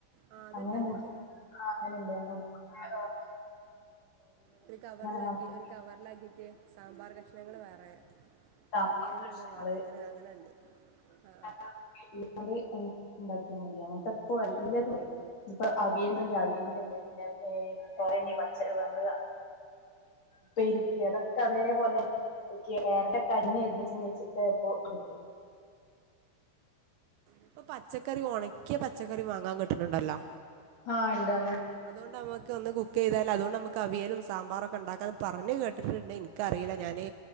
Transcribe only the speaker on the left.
അങ്ങനെ
മുറി ആഹ് അങ്ങനെണ്ട് <unintelligible>
കാണുന്ന
സാമ്പാർ
കഷ്ണങ്ങള്
<unintelligible> ഇണ്ടാക്കിയാൽ മതി അങ്ങനത്തെപ്പ <unintelligible> ഇപ്പ അവിയലിന്നെങ്കിൽ അവിയലിന്ണ്ട് പിന്നെ ഏഹ് കൊറേ ഇന്നീ പച്ച നമ്മള് ഉപ്പേരിക്ക് അതൊക്കെ അതേ പോലെ <unintelligible> കഞ്ഞി <unintelligible>
ആഹ് ഇണ്ട് അങ്ങനെ